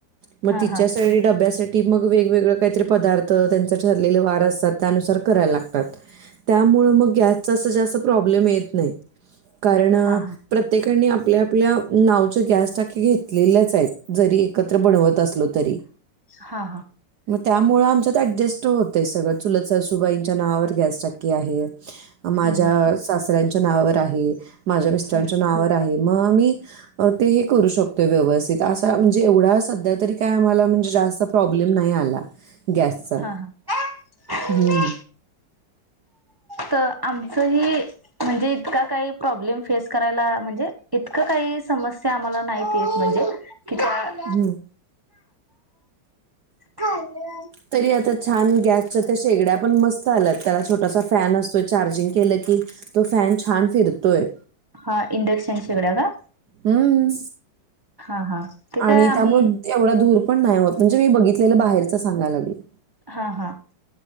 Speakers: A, on the right; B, on the right.
A: मग तिच्यासाठी
B: हा हा हा
A: डब्यासाठी ती मग वेगवेगळ काहीतरी पदार्थ त्यांचा ठरलेल वार असतात त्यानुसार करायला लागतात. त्यामुळ मग गॅसच असं जास्त प्रॉब्लेम येत नाही, कारण
B: हा हा
A: प्रत्येकाने आपल्या आपल्या, नावच्या गॅस टाकीे घेतलेल्याच आहेत, जरी एकत्र बनवत असलो तरी.
B: हां हां,
A: मग त्यामुळ आमच्यात ऍडजस्ट होत सगळं, चुलत ससूबाईंच्या नावावर गॅस टाकी आहे. माझ्या
B: हम्म
A: सासऱ्यांच्या नावावर आहे, माझ्या मिस्टरांच्या
B: हम्म
A: नावावर आहे, मग आम्ही ते हे करू शकतोय व्यवस्थित, असा म्हणजे एवढा सध्या तरी काय आम्हाला म्हणज जास्त प्रोब्लेम नाही आला, गॅस चा
B: हा हा
A: हं.
B: तर आमचं हे म्हणजे इतका काही प्रॉब्लेम फेस करायला, म्हणजे इतक काही समस्या आम्हाला नाहीत येत म्हणजे.
A: हम्म.
B: ह <unintelligible>
A: तरी आता छान गॅसच्या त्या शेगड्या पण मस्त आल्यात त्याला छोट सा फॅन असतोय चार्जिंग केलं की तो फॅन छान फिरतोय
B: हा इंडक्शन शेगड्या का
A: हम्म
B: हा हा ते
A: आणि
B: काय आम्ही
A: त्यामु एवढा धुर पण नाही होत म्हणजे मी बघितलेलं बाहेरच सांगायला लागलेय
B: हा, हा